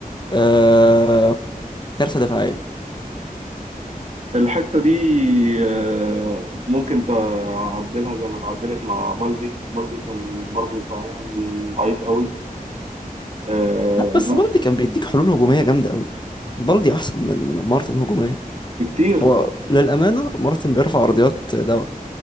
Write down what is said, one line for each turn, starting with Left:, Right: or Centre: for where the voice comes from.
Left: آه كارثة دفاعية
Right: الحتة دي آه، ممكن تعدلها زي ما اتعدلت مع بالدي بالدي كان برضه دفاعيا ضعيف قوي آه،
Left: لا بس
Right: إنما
Left: بالدي كان بيديك حلول هجومية جامدة قوي بالدي أحسن من مارتن هجوميا
Right: بكتير
Left: هو للأمانة مارتن بيرفع عرضيات دواء